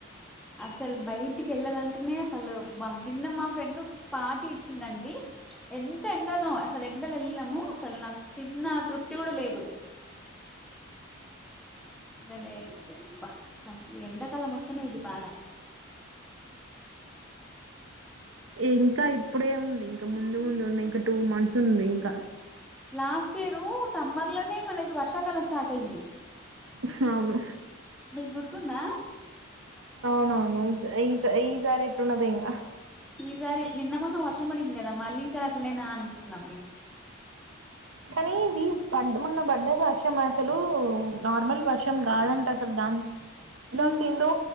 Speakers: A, in the centre; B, on the right (about 70°).
A: అసలు బయటికి ఎల్లాలంటనే అస్ సలు బ్బా నిన్న మా ఫ్రెండ్ పార్టీ ఇచ్చిందండి. ఎంత ఎండనో అసలు ఎండల ఎల్లినము సల్ నా తిన్నా తృప్తి కూడా లేదు డలే సరి బా సం ఎండ కాలం వస్తనే ఇది బాధ
B: ఇంకా ఇప్పుడే ఉంది ఇంకా ముందు ముందు ఉన్నయి ఇంకా టూ మంత్స్ ఉంది ఇంకా.
A: లాస్ట్ ఇయరు సమ్బర్ లనే మనకి వర్షాకాలం స్టార్ట్ అయింది.
B: హవును
A: మీకు గుర్తుందా
B: అవునవును ఈస్ ఈస్ సారి ఎట్లున్నదో ఇంగ
A: ఈసారి నిన్న మొన్న వర్షం పడింది కదా మళ్ళీ ఈ సారి అట్లనేనా అనుకున్నాం మేము.
B: కనీ ఇది పడ్ మొన్న బడ్డ వర్షం అసలు నార్మల్ వర్షం కాదంట అసలు దాన్ దం
A: ఉమ్,
B: తిందు